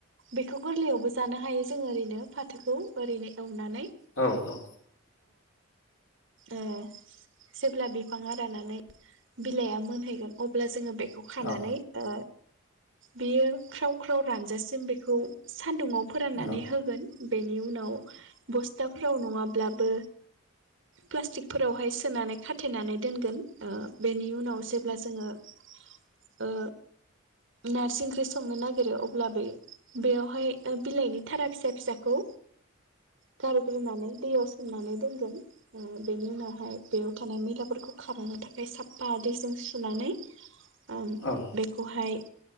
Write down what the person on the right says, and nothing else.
बेखौ गोरलैयावबो जानो हायो जोङो ओरैनो फाथोखौ ओरैनो एवनानै
ए जेब्ला बिफांआ रानानै बिलाइया मोनहैगोन अब्ला जोङो बे बेखौ खानानै
ओ बियो ख्राव ख्राव रानजासिम बेखौ सान्दुुंआव फोराननानै
होगोन बेनि उनाव बस्थाफ्राव नङा ब्लाबो प्लासटिक फोरावहाय सोनानै खाथेनानै दोन गोन ओ बेनि उनाव जेब्ला जोङो ओ नारजि ओंख्रि संनो नागिरो अब्ला बे बेयावहाय बिलाइनि थारा फिसा फिसाखौ गारग्रोनानै दैयाव सोमनानै दोनगोन ओ बेनि उनावहाय बेयाव थानाय मैला फोरखौ खालामनो थाखाय साफा दैजों सुनानै ओ
बेखौहाय